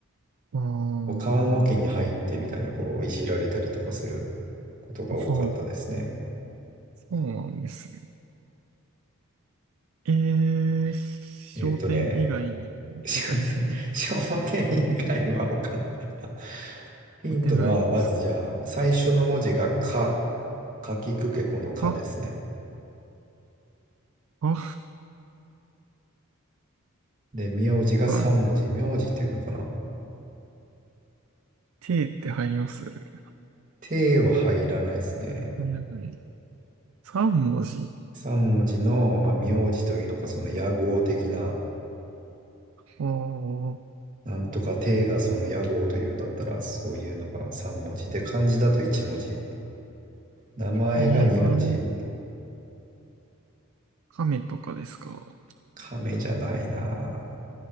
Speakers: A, on the right; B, on the right.
A: ああ、
B: こう棺桶に入ってみたいな、こう、いじられたりとかすることが多かったですね。
A: そうそうなんですね。えー、商店以外にも出たりするんですか
B: えっとね、<laughs> 商店、商店以外はわかんないな。ヒントは、
A: 出ないんです
B: まずじゃあ、最初の文字がか、かきくけこのかですね。
A: かあ、あ、
B: で、名字が三文字。
A: さん、
B: 名字っていうのかな
A: T って入ります入
B: ては入らないですね。
A: らない。3文字。
B: 三文字の、まあ、名字というのか、その野号的な、
A: ああ、
B: なんとかてがその野号というんだったら、そういうのが三文字で、漢字だと一文字。名前が二文字。
A: 映画、亀とかですか
B: 亀じゃないな。